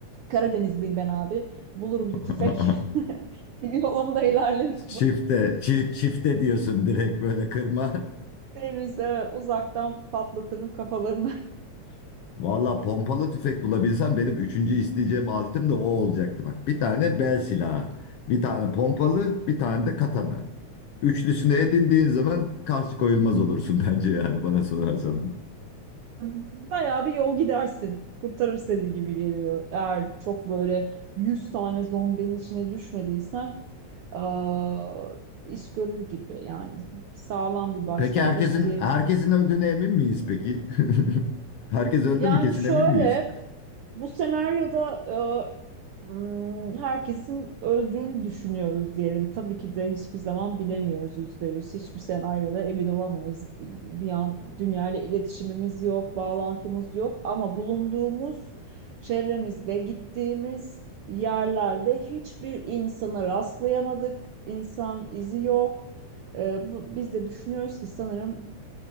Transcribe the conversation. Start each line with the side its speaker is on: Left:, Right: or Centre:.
Right: Karadenizliyim ben abi. Bulurum bir tüfek.
Left: <laughs>
Right: <laughs> Yolumda ilerlerim.
Left: Çifte, çift, çifte diyorsun direkt böyle kırma.
Right: Denize uzaktan patlatırım kafalarını.
Left: <laughs> Valla pompalı tüfek bulabilsem benim üçüncü isteyeceğim aletim de o olacaktı bak. Bir tane bel silahı, bir tane pompalı, bir tane de katana. Üçlüsünü edindiğin zaman karşı koyulmaz olursun <laughs> bence yani bana sorarsan.
Right: <laughs> Bayağı bir yol gidersin. Kurtarır seni gibi geliyor. Eğer çok böyle 100 tane zombinin içine düşmediysen aa, iş görür gibi. Yani sağlam bir başlangıç
Left: Peki herkesin
Right: diye.
Left: herkesin öldüğüne emin miyiz peki? <laughs> Herkes öldü
Right: Yani
Left: mü kesin
Right: şöyle
Left: emin miyiz?
Right: bu senaryoda Hmm, herkesin öldüğünü düşünüyoruz diyelim. Tabii ki de hiçbir zaman bilemiyoruz yüzde yüz. Hiçbir senaryoda emin olamayız. Bir bir an dünyayla iletişimimiz yok, bağlantımız yok ama bulunduğumuz çevremizde, gittiğimiz yerlerde hiçbir insana rastlayamadık. İnsan izi yok. Ee, bu, biz de düşünüyoruz ki sanırım